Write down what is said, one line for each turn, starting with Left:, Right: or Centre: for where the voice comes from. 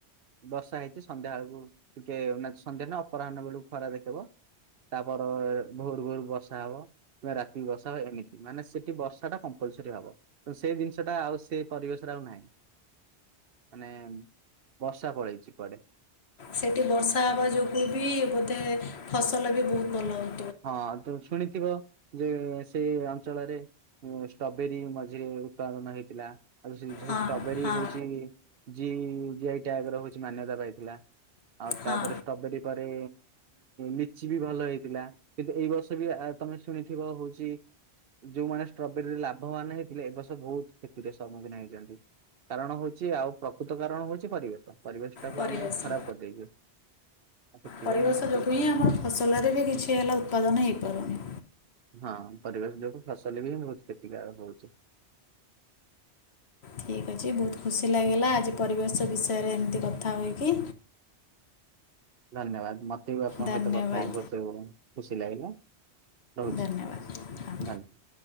Right: ବର୍ଷା ହେଇଛି ସନ୍ଧ୍ୟା ବେଳକୁ ଟିକେ ସନ୍ଧ୍ୟା ନ ଅପରାହ୍ନ ବେଳକୁ ଖରା ଦେଖେଇବ। ତାପର ଭୋରୁ ଭୋରୁ ବର୍ଷା ହବ କିମ୍ବା ରାତିକି ବର୍ଷା ହବ ଏମିତି ମାନେ ସେଠି ବର୍ଷା ଟା କମ୍ପଲ୍ସରି। ସେଠି ହବ ତ ସେ ଜିନିଷ ଟା ଆଉ ସେ ପରିବେଶରେ ଆଉ ନାହିଁ। ମାନେ ବର୍ଷା ପଳେଇଛି କୁଆଡେ଼?
Left: ସେଠି ବର୍ଷା ହବା ଯୋଗୁ ବି ବୋଧେ ଫସଲ ବି ବହୁତ ଭଲ ହଉ
Right: ହଁ ତ ଶୁଣିଥିବ ଯେ ସେ ଅଞ୍ଚଳରେ ଷ୍ଟବେରୀ ମଝିରେ ଉତ୍ପାଦନ ହେଇଥିଲା ଆଉ
Left: ହଁ
Right: ଷ୍ଟବେରୀ
Left: ହଁ
Right: ହଉଛି ଜି ଯି ଜିଆଇ ଟାଗ୍ ର ମାନ୍ୟତା ପାଇଥିଲା। ଆଉ ତାପରେ
Left: ହଁ
Right: ଷ୍ଟ୍ରବେରୀ ପରେ ଲିଚି ବି ଭଲ ହେଇଥିଲା। କିନ୍ତୁ ଏଇ ବର୍ଷ ବି ତମେ ଶୁଣିଥିବ ହଉଛି ଯୋଉମାନେ ଷ୍ଟ୍ରବେରୀରେ ଲାଭବାନ ହେଇଥିଲେ ଏ ବର୍ଷ ବହୁତ କ୍ଷତିର ସମ୍ମୁଖୀନ ହେଇଛନ୍ତି। କାରଣ ହଉଛି ଆଉ ପ୍ରକୃତ କାରଣ ହଉଛି ପରିବେଶ ପରିବେଶ ଟାକୁ
Left: ପରିବେଶ
Right: ଆମେ ଖରାପ କରିଦେଇଛୁ। ଆଉ ସେଥିପାଇଁ
Left: ପରିବେଶ
Right: ଏମିତି
Left: ଯୋଗୁଁ
Right: ହେଇଛି
Left: ହିଁ
Right: ଆଉ
Left: ଆମର ଫସଲରେ ବି କିଛି ହେଲା ଉତ୍ପାଦନ ହେଇପାରୁନି।
Right: ହଁ ପରିବେଶ ଯୋଗୁ ଫସଲ ବି ବହୁତ କ୍ଷତି କାରକ ହଉଛି।
Left: ଠିକ୍ ଅଛି ବହୁତ ଖୁସି ଲାଗିଲା ଆଜି ପରିବେଶ ବିଷୟରେ ଏମିତି କଥା ହୋଇକି।
Right: ଧନ୍ୟବାଦ ମତେ ବି ଆପଣଙ୍କ
Left: ଧନ୍ୟବାଦ
Right: ସହିତ କଥା ହେଇକି <unintelligible> ଖୁସି ଲାଗିଲା ରହୁଛି।
Left: ଧନ୍ୟବାଦ ହଁ
Right: <unintelligible>